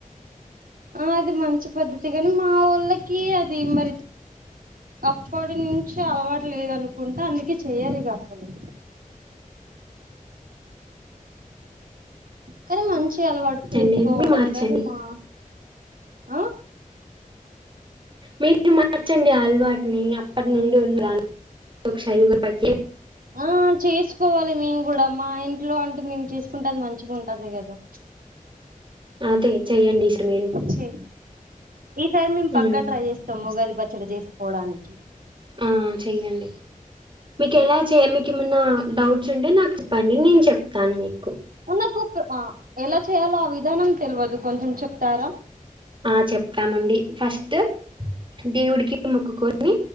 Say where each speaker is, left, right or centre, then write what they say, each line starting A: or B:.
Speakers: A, on the right; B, on the right.
A: ఆ అది మంచి పద్ధతి గని మా వోళ్ళకి అది మరి అప్పటి నుంచి అలవాటు లేదనుకుంట అందుకే చేయరిగ అసలు కనీ మంచి అలవాటు
B: మార్చండి
A: చేసుకోవడం
B: మీరు మార్చండి
A: గని మా ఆ
B: మీరు మార్చండి ఆ అలవాటుని అప్పటి నుండి ఉన్నదాన్ని క్షైలు గ <unintelligible>
A: ఆ చేసుకోవాలి మేము గూడా మా ఇంట్లో అంటె మేము చేసుకుంటే అది మంచిగుంటది గదా
B: అదే చెయ్యండి ఈస్ట్ మీరు
A: చే ఈసారి మేం పక్కా
B: ఉమ్
A: ట్రై జేస్తము ఉగాది పచ్చడి జేసుకోవడానికి
B: ఆ చెయ్యండి మీకెలా చే మీకేమన్నా డౌట్స్ ఉంటే నాకు చెప్పండి నేను చెప్తాను మీక్
A: నాకు క్ ఎలా చేయాలో ఆ విధానం తెల్వదు కొంచెం చెప్తారా
B: ఆ చెప్తామండి ఫస్ట్ దేవుడికి మొక్కుకొని